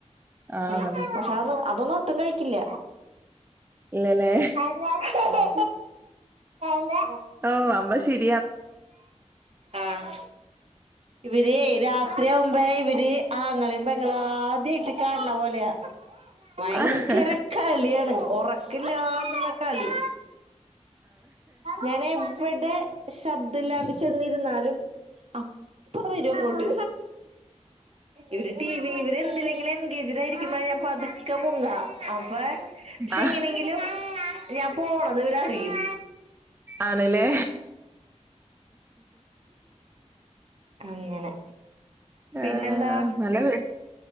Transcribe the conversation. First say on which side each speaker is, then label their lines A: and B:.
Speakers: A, on the right (about 20°); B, on the right (about 55°).
A: ആഹ്
B: ഉ
A: അതന്നെ
B: പക്ഷെ അ അതൊന്നും - ഒട്ടും കഴിക്കില്ല.
A: ഇല്ലല്ലേ
B: ക എന്താ?
A: ഓഹ് അമ്പാ ശീരി.
B: ആഹ് ഇവര് രാത്രി ആവുമ്പ ഇവര് ആങ്ങളീം പെങ്ങളും ആദ്യമായിട്ട് കാണണ പോലെയാ. ഭയങ്കര
A: ആണ്
B: കളിയാണ് ഉറക്കില്ലാത കളി. ഞാന എവിടെ ശബ്ദ- ല്ലാണ്ട് ചെന്നിരുന്നാലും അപ്പവരും അങ്ങോട്ട്. ഇവര് ടീവി എന്തെങ്കിലുമൊക്കെ എൻഗേജ്ഡ് ആയിരിക്കുമ്പോഴ ഞാ പതുക്കെ മുങ്ങാ. അപ്പ പക്ഷെ
A: ആഹ്
B: എങ്ങനെങ്കിലും ഞാൻ പോണത് ഇവരറിയും.
A: ആണല്ലേ?
B: അങ്ങനെ.
A: ആ
B: പിന്നെന്താ
A: നല്ലവ